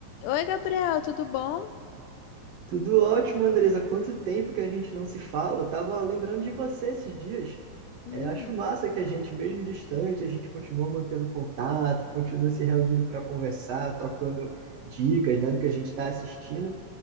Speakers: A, on the left; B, on the right.
A: Oi, Gabriel, tudo bom?
B: Tudo ótimo, Andresa. Quanto tempo que a gente não se fala? Eu tava lembrando de você esses dias.
A: Hum,
B: É, acho massa que a gente, mesmo distante, a gente continua mantendo contato, continua se reunindo para conversar, trocando dicas, né, do que a gente está assistindo.